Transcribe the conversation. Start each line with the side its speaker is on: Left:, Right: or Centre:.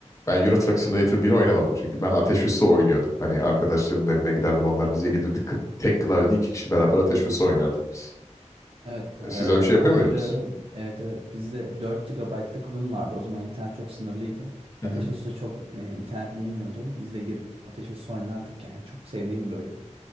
Left: ben Euro Truck Simulator 1'i oynamadım çünkü ben Ateş ve Su oynuyordum. Hani arkadaşlarımın evine giderdim onlar bize gelirdi. Kı- Tek klavyede iki kişi beraber Ateş ve Su oynardık biz.
Right: Evet, e,
Left: E, Siz öyle bir şey
Right: ben
Left: yapıyor
Right: hatırlıyorum.
Left: muydunuz?
Right: Evet evet bizde dört GB'lık Win vardı. O zaman internet çok sınırlıydı.
Left: Hı
Right: Ateş
Left: hı.
Right: ve Su'da çok e, internet yemiyordu. Biz de girip Ateş ve Su oynardık yani. Çok sevdiğim bir oyun.